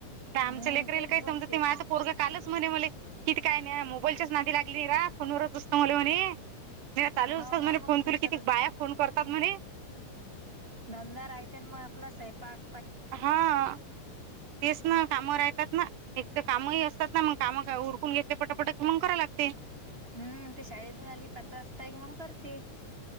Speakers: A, on the right; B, on the right.
A: आ आमच
B: हम्म
A: लेकराला
B: तेच
A: काय
B: बोलते.
A: समजत ते आता पोरग कालच म्हणे म्ह मले किती काय नाही, मोबाईलच्याच नादी लाग फोनचत म्हणे म चालू
B: हाव ना मग
A: फोन तु
B: सर
A: किती बा फोन कर तात म्हणे.
B: धंदा राहते मग आपला स्वैपाक.
A: हा तेच ना कामा राहतात ना. एक तर कामही असतात ना मग काम उरकून घेतले पटकपटक कि मग कराव लागते.
B: हम्म ते शाळेतून आली पाच वाजता क मग करते.